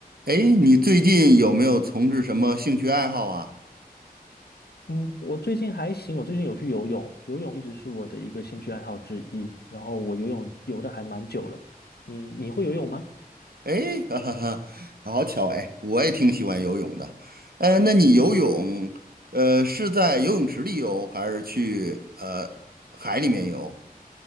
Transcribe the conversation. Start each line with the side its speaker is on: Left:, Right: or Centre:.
Right: 哎，你最近有没有从事什么兴趣爱好啊？
Left: 嗯，我最近还行，我最近有去游泳，游泳一直是我的一个兴趣爱好之一。然后我游泳游的还蛮久了，你你会游泳吗？
Right: 哎，<laughs> 哈哈哈，好巧哎，我也挺喜欢游泳的。呃，那你游泳，呃，是在游泳池里游，还是去呃海里面游？